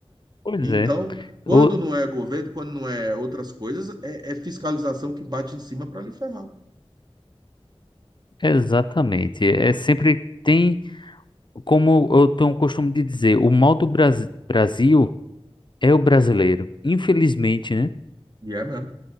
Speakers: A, on the left; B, on the right.
A: Pois
B: Então,
A: é.
B: quando
A: O-
B: não é governo, quando não é outras coisas, é, é fiscalização que bate em cima para lhe ferrar.
A: exatamente. É sempre tem, como eu tenho o costume de dizer, o mal do Bras- Brasil é o brasileiro. Infelizmente, né?
B: E é mesmo.